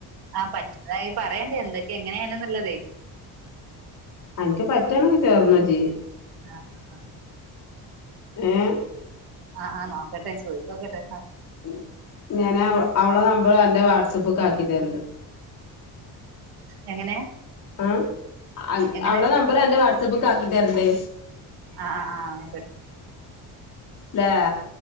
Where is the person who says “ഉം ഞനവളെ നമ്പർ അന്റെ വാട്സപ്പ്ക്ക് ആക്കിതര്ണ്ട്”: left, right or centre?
Left